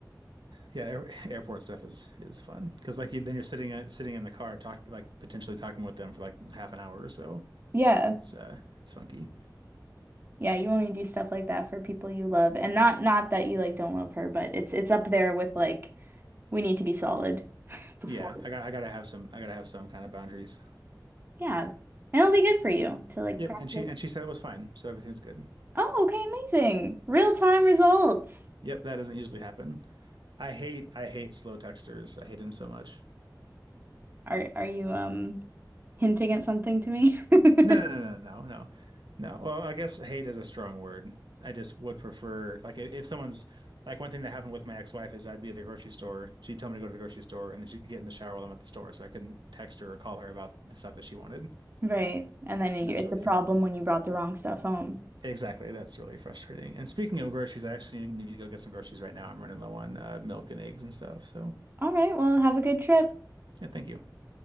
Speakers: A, on the right; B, on the right.
A: Yeah, air, airport stuff is is fun because like you, then you're sitting uh, sitting in the car talk like potentially talking with them for like half an hour or so.
B: Yeah.
A: It's uh it's funky.
B: Yeah, you only do stuff like that for people you love. And not not that you like don't love her, but it's it's up there with like we need to be solid <laughs> before.
A: Yeah, I got I gotta have some I gotta have some kind of boundaries.
B: Yeah. And it'll be good for you to like
A: Yep,
B: practice.
A: and she and she said it was fine, so everything's good.
B: Oh, okay, amazing. Real-time results.
A: Yep, that doesn't usually happen. I hate I hate slow texters. I hate them so much.
B: Are are you um hinting at something to me? <laughs>
A: No, no, no, no, no, no. No. Well, I guess hate is a strong word. I just would prefer, like, i- if someone's like one thing that happened with my ex-wife is I'd be at the grocery store. She'd tell me to go to the grocery store, and then she'd get in the shower while I'm at the store, so I couldn't text her or call her about the stuff that she wanted.
B: Right. And then you,
A: And that was
B: it's
A: really
B: a problem when you brought the wrong stuff home.
A: exactly that's really frustrating. And speaking of groceries, I actually need to go get some groceries right now. I'm running low on uh, milk and eggs and stuff. So
B: All right, well, have a good trip.
A: yeah, thank you.